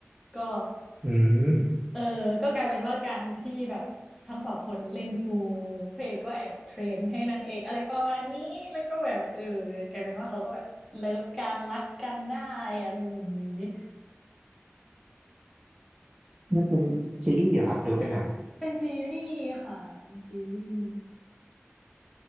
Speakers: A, in the centre; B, on the right (about 20°).
A: ก็
B: อืม
A: เออก็กลายเป็นว่าการที่แบบทั้งสองคนเล่นพูลพระเอกก็แอบเทรนให้นางเอกอะไรประมาณนี้แล้วก็แบบเออกลายเป็นว่าเขาก็แบบเลิฟกันรักกันได้อะไรอย่างนี้
B: น่าจะเป็นซีรีส์เหรอครับหรือว่าเป็นหนัง
A: เป็นซีรีส์ค่ะเป็นซีรีส์